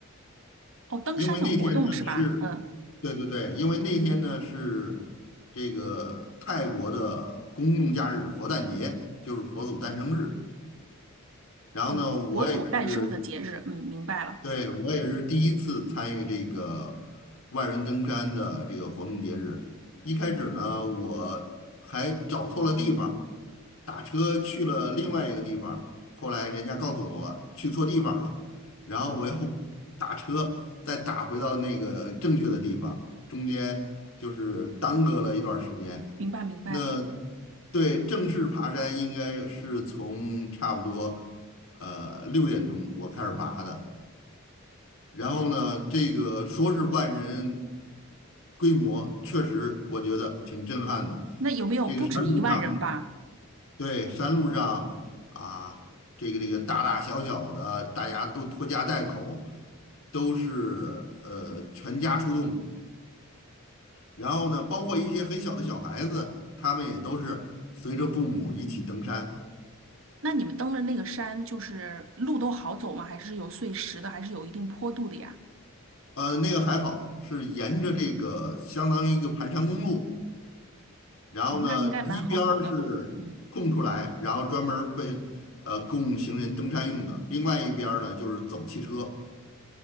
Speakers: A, on the right (about 65°); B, on the left (about 65°).
A: 哦，登山的活动是吧？
B: 因为那天呢是，
A: 嗯，
B: 对对对，因为那天呢是这个泰国的公众假日佛诞节，就是佛祖诞生日。然后呢，
A: 哦，
B: 我也是
A: 佛祖诞生的节日，嗯，明白了。
B: 对，我也是第一次参与这个万人登山的这个活动节日。一开始呢，我还找错了地方，打车去了另外一个地方。后来人家告诉我去错地方了，然后我又 <laughs> 打车再打回到那个正确的地方，中间就是耽搁了一段儿时间。
A: 明白明白。
B: 那对，正式爬山应该是从差不多呃六点钟我开始爬的。然后呢，这个说是万人规模，确实我觉得挺震撼的。
A: 那有没有不止一万人吧？
B: 这个山路上，对，山路上啊，这个这个大大小小的，大家都拖家带口，都是呃全家出动。然后呢，包括一些很小的小孩子，他们也都是随着父母一起登山。
A: 那你们登的那个山，就是路都好走吗？还是有碎石的，还是有一定坡度的呀？
B: 呃，那个还好，是沿着这个相当于一个盘山公路。然后呢，
A: 哦，那应该蛮好走的路。
B: 一边儿是空出来，
A: 嗯，
B: 然后专门儿被呃供行人登山用的，另外一边儿呢就是走汽车。